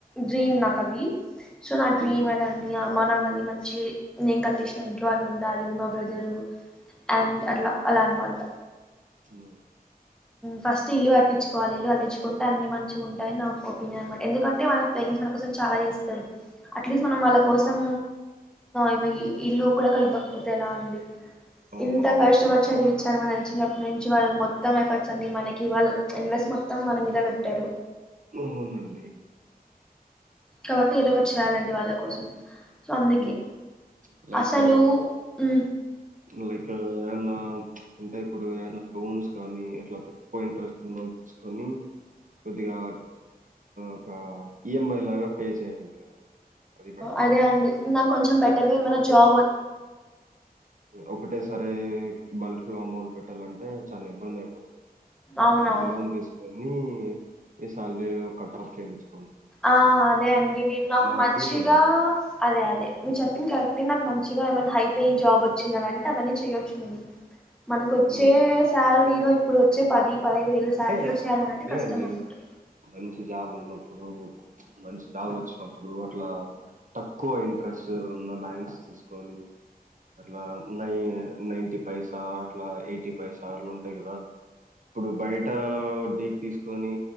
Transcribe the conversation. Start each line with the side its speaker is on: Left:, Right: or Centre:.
Centre: డ్రీమ్ నాకు అది సో నా డ్రీమ్
Right: హ్మ్
Centre: అలా అండి అమ్మా నాన్నని మంచి నేను కట్టించిన ఇంట్లో వాళ్ళు ఉండాలి మా బ్రదరు అండ్ అట్లా అలా అనమాట
Right: చిన్నామే
Centre: ఫస్ట్ ఇల్లు కట్టించుకోవాలి ఇల్లు కట్టించుకుంటే అన్ని మంచిగా ఉంటాయని నా ఒపీనియన్ అనమాట ఎందుకంటే ఆడ పేరెంట్స్ మన కోసం చాలా చేస్తారు అట్లీస్ట్ మనం వాళ్ళ కోసం ఇవ ఇల్లు కూడా ఇవ్వకపోతే ఎలా అండి
Right: అవునండి.
Centre: ఇంత కష్టపడిచదివి
Right: అవును. అవునండి.
Centre: చర్మన చినప్పటి నుంచి వాళ్ళు మొ మొత్తం ఎఫర్ట్స్ అని మనకి వాళ్ళ ఇన్వెస్ట్ మొత్తం మన మీద పెట్టారు
Right: అవునండి
Centre: కాబట్టి ఏదో ఒకటి చేయాలండి వాళ్ళ కోసం సో అందుకే
Right: హ్మ్. లైక్
Centre: అసలు ఉ
Right: లైక్ ఏమన్నా అంటే ఇప్పుడు ఏ మన్న రూమ్స్ కానీ ఎట్లా తక్కువ ఇంట్రెస్ట్ ఉన్నా కొని కొద్దిగా ఒక ఈఎంఐ లాగా పే చేయండి అది బెటర్
Centre: అదే
Right: ఆప్షన్.
Centre: అండి నాకు కొంచెం బెటర్గా ఏమైనా జాబ్
Right: ఒకటే సరే బల్క్ లో అమౌంట్ పెట్టాలంటే చాలా ఇబ్బంది అయిపోతుంది
Centre: అవునవును
Right: లోన్ తీసుకొని మీ శాలరీలో కట్ ఆఫ్ చేపిచ్చు
Centre: ఆ అదే అండి నేను నాకు
Right: నా
Centre: మంచిగా
Right: ఒపీనియన్
Centre: అదే అదే మీరు చెప్పింది కరక్టే నాకు మంచిగా ఏమైన్నా హై పేయిన్ జాబ్ వచ్చిందనంటే అవన్నీ చెయొచ్చు నేను మనకు వచ్చే
Right: ఉమ్.
Centre: సాలరీలో ఇప్పుడు వచ్చే పది పదహైదు వేలు శాలరీలు
Right: అంటే
Centre: వచ్చినాయిఅనంటే
Right: అదే
Centre: కష్టంగా
Right: అండి
Centre: ఉన్నట్టు
Right: మంచి జాబ్ ఉన్నప్పుడు మంచి జాబ్ వచ్చినప్పుడు అట్లా తక్కువ ఇంట్రెస్ట్ ఉన్న బ్యాంక్స్ తీసుకొని అట్లా నై నైన్టీ పైసా అట్లా ఎయిటీ పైసా అట్లా ఉంటాయి కదా ఇప్పుడు బయిట్ వడ్డీకి తీసుకొని